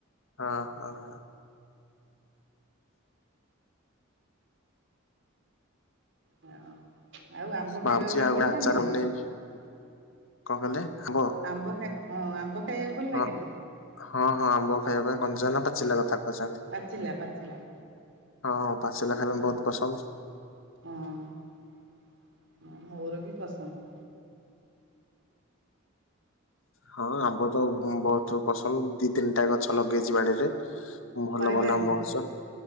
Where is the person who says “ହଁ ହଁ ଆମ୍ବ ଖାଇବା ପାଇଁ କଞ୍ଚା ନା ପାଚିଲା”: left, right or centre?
Left